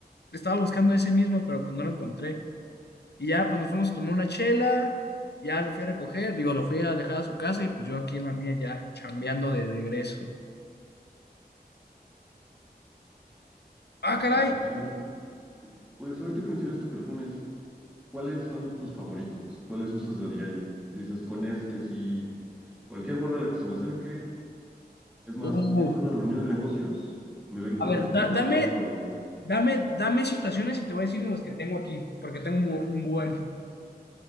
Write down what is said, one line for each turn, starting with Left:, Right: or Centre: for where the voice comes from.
Left: estaba buscando ese mismo, pero pues no lo encontré. Y ya, pues nos fuimos a tomar una chela, ya lo fui a recoger, digo, lo fui a dejar a su casa y pues yo aquí en la mía ya chambeando de regreso. Ah, caray.
Centre: Ah, chido. Pues ahorita que mencionaste perfumes, ¿cuáles son tus favoritos? ¿Cuáles usas de diario? Dices, con este sí. Cualquier morra a la que se me acerque, Es más,
Left: Uh,
Centre: entro a una reunión de negocios, me ven con
Left: a ver,
Centre: respeto
Left: da- dame,
Centre: nada más por el olor.
Left: dame, dame situaciones y te voy a decir de los que tengo aquí, porque tengo un, bu- un buen.